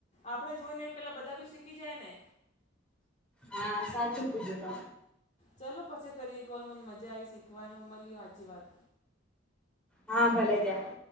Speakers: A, on the left; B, in the centre.
A: આપણે જોઈ ને એ પેલા બધા બી શીખી જાય ને
B: હા સાચું કીધું તો
A: ચાલો પછી કરીએ કોલ મને મજા આવી શીખવાનો મળ્યો સાચી વાત
B: હા ભલે ત્યારે